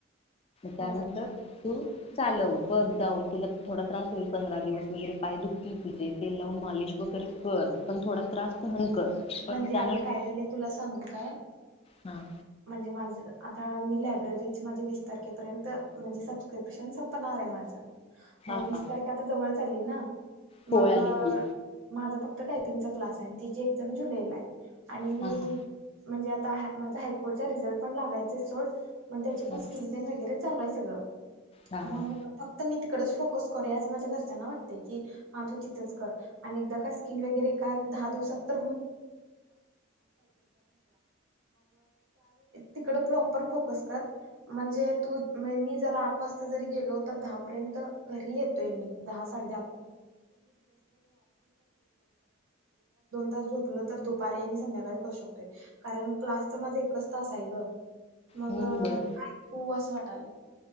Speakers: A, on the left; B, on the right.
A: त्यानंतर
B: हो
A: तू चालव बघ जाऊन तुला थोडा त्रास होईल पंधरा दिवस वगैरे पाय दुख तु ते लावून मालिश वगैरे कर पण थोडा त्रास सहन कर पण
B: म्हणजे
A: त्यानंतर
B: अग काय झालं तुला सांगू काय
A: हा
B: म्हणजे माझ. आता मी लायब्ररीची माझे वीस तारखेपर्यंत म्हणजे सबस्क्रिप्शन संपणार आहे माझं. मग
A: हा
B: वीस तारीख आता जवळ चाली ना
A: पोळी
B: मग
A: आली की
B: माझ फक्त टायपिंगचा क्लास आहे तिच एग्जाम जुलैला आहे आणि मी
A: हा हा
B: म्हणजे आता माझा हायकोर्चा रिझल्ट पण लागायच सोडण त्या
A: हा
B: पण स्किल वगैरह चालूय सगळ
A: हा
B: मग
A: हा
B: फक्त मी परत फोकस कर अस माझ्या घरच्यांना वाटतय की हा तू तिथंच कर आणि एकदा का स्किल वगैरे काय? दहा दिवसात क् त प्र फोकस्कर म्हणजे तू मी जर आठ वाजता जरी गेलो तर दहापर्यंत घरी येतोय मी दहा <inaudible> त झोपलं तर दुपारी आणि संध्याकाळी करू शकतोय कारण क्लास तर माझा एकच तास आहे ग मग
A: हम्म बर
B: काय हो असं वाटलं